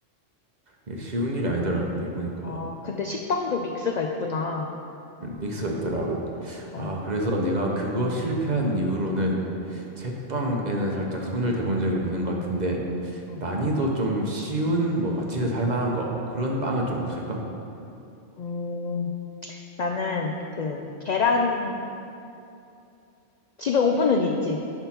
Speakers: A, on the right (about 40°); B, on the left (about 70°).
A: 이게 쉬운 일이 아니더라, 그게 보니까.
B: 어, 근데 식빵도 믹스가 있구나.
A: 음, 믹스가 있더라고.
B: 어,
A: 아, 그래서 내가 그거 실패한 이후로는 제빵에는 살짝 손을 대본 적이 없는 것 같은데
B: 응.
A: 난이도 좀 쉬운 뭐가 집에서 할 만한 거 그런 빵은 좀 없을까?
B: 음, 나는 그 계란, 집에 오븐은 있지.